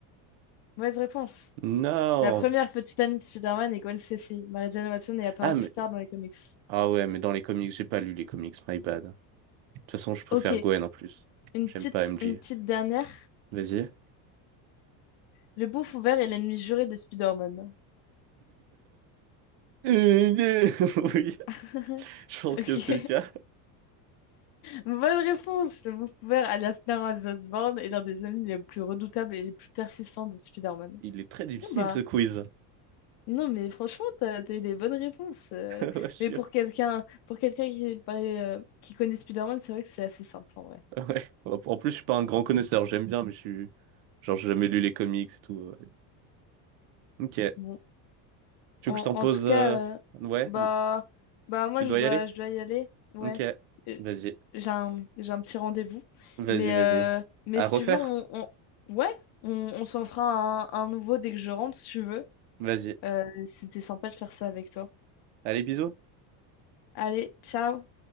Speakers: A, on the left (about 55°); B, on the right (about 65°).
A: Mauvaise réponse.
B: Non.
A: La première petite amie de Spider-Man est Gwen Stacy. Mary Jane Watson est apparue
B: Ah, mais...
A: plus tard dans les comics.
B: ah ouais, mais dans les comics, j'ai pas lu les comics, my bad. De toute façon, je préfère
A: Ok,
B: Gwen en plus.
A: une
B: J'aime
A: petite,
B: pas MJ.
A: une petite dernière.
B: Vas-y.
A: Le bouffon vert est l'ennemi juré de Spider-Man.
B: <laughs> Oui,
A: <laughs>
B: je pense
A: Ok.
B: que c'est le cas.
A: Bonne réponse! Le découvert alias Norman Osborn est l'un des amis les plus redoutables et les plus persistants de Spider-Man.
B: Il est très difficile
A: Non bah,
B: ce quiz.
A: non mais franchement, t'as, t'as eu des bonnes réponses. euh.
B: <laughs> Ouais, je suis
A: mais pour
B: sûr.
A: quelqu'un, pour quelqu'un qui est pas, euh, qui connaît Spider-Man, c'est vrai que c'est assez simple en vrai.
B: Ouais. En plus, je suis pas un grand connaisseur. J'aime bien, mais je suis. Genre, j'ai jamais lu les comics et tout. Ok. Tu
A: Bon,
B: veux
A: en,
B: que je t'en
A: en
B: pose.
A: tout cas,
B: euh,
A: euh,
B: Ouais.
A: bah, bah moi
B: Tu
A: je
B: dois
A: dois,
B: y aller?
A: je dois y aller. Ouais,
B: Ok.
A: Euh,
B: Vas-y.
A: j'ai un, j'ai un petit rendez-vous.
B: Vas-y,
A: Mais,
B: vas-y.
A: euh, mais
B: À
A: si
B: refaire?
A: tu veux, on, on- ouais, on, on s'en fera un, un nouveau dès que je rentre, si tu veux.
B: Vas-y.
A: Euh, c'était sympa de faire ça avec toi.
B: Allez, bisous.
A: Allez, ciao!